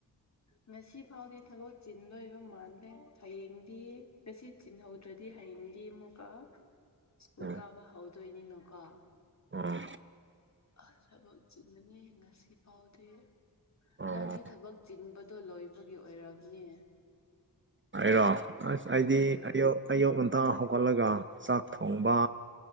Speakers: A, on the left; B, on the right.
A: ꯉꯁꯤ ꯐꯥꯎꯗꯤ ꯊꯕꯛ ꯆꯤꯟꯗꯣꯢꯕ ꯃꯥꯟꯂꯦ ꯍꯌꯦꯡꯗꯤ ꯉꯁꯤ ꯆꯤꯟꯍꯧꯗ꯭ꯔꯗꯤ ꯍꯌꯦꯡꯗꯤ ꯑꯃꯨꯛꯀ ꯁ꯭ꯀꯨꯜ
B: ꯎꯝ
A: ꯀꯥꯕ ꯍꯧꯗꯣꯏꯅꯤꯅꯀꯣ
B: ꯑꯣ
A: ꯑꯁ ꯊꯕꯛ ꯆꯤꯟꯂꯅꯤ ꯉꯁꯤꯐꯥꯎꯗꯤ
B: ꯑꯣ
A: ꯅꯪꯗꯤ ꯊꯕꯛ ꯆꯤꯟꯕꯗꯣ ꯂꯣꯏꯕꯒꯤ ꯑꯣꯏꯔꯝꯅꯤ
B: ꯑꯩꯔꯣ ꯑꯁ ꯑꯩꯗꯤ
A: ꯎꯝ
B: ꯑꯌꯨꯛ ꯑꯌꯨꯛ ꯉꯟꯇ ꯍꯧꯒꯠꯂꯒ ꯆꯥꯛ ꯊꯣꯡꯕ